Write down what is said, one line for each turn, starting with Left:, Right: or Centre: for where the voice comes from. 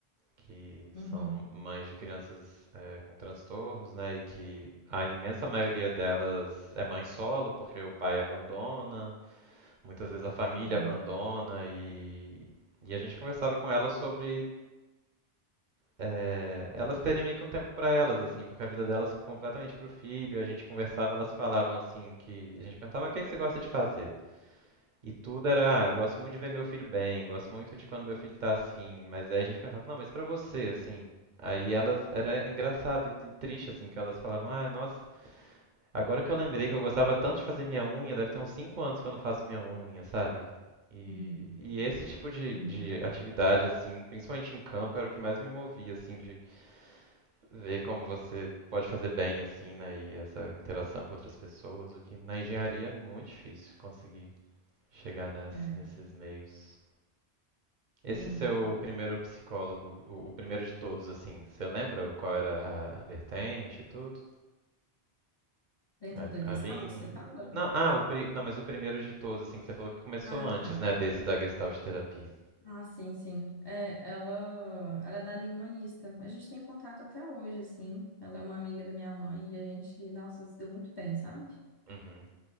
Right: que são
Left: Uhum.
Right: mães de crianças é, com transtornos, né? E que a imensa maioria delas é mãe solo, porque o pai abandona, Muitas vezes a família
Left: Uhum.
Right: abandona e, e a gente conversava com elas sobre eh, elas terem meio que um tempo para elas, assim, porque a vida delas fica completamente pro filho. E a gente conversava, elas falavam assim que a gente perguntava o que que você gosta de fazer. E tudo era, ah, eu gosto muito de ver meu filho bem, gosto muito de quando meu filho tá assim. Mas aí a gente perguntava, não, mas pra você, assim. Aí elas, era engraçado e, e triste, assim, que elas falavam, ah, nossa, Agora que eu lembrei que eu gostava tanto de fazer minha unha, deve ter uns 5 anos que eu não faço minha unha, sabe? E,
Left: Uhum.
Right: e esse tipo de,
Left: Sim.
Right: de atividade, assim, principalmente em campo, era o que mais me movia, assim, de ver como você pode fazer bem, assim, né? E essa interação com outras pessoas, o que na engenharia é muito difícil conseguir chegar ness-
Left: É.
Right: nesses meios. Esse
Left: Sim.
Right: seu primeiro psicólogo, o, o primeiro de todos, assim, você lembra qual era a, a vertente e tudo?
Left: Dentro
Right: A,
Left: da Gestalt,
Right: a linha.
Left: você fala?
Right: Não, ah, o pri... não, mas o primeiro de todos, assim, que você falou que começou
Left: Ah,
Right: antes,
Left: tá.
Right: né, desse da Gestalt terapia.
Left: Ah, sim, sim. É, ela, ela é dali humanista. A gente tem contato até hoje, assim. Ela é uma amiga da minha mãe e a gente, nossa, se deu muito bem, sabe?
Right: Uhum,